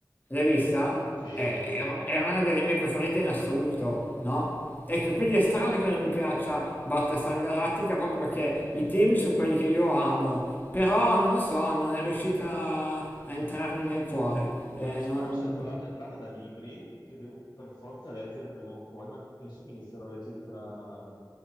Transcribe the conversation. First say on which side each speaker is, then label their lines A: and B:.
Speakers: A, on the left; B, on the left.
A: L'hai vista?
B: Sì.
A: È, è un- è una delle mie preferite in assoluto, no? Ecco, quindi è strano che non mi piaccia Battlestar Galactica proprio perché i temi sono quelli che io amo, però non lo so, non è riuscita a entrarmi nel cuore.
B: Ma
A: Eh,
B: Expanse,
A: non...
B: tra l'altro, è tratta da libri che devo per forza leggere prima o poi, ma penso che inizierò a leggerli tra,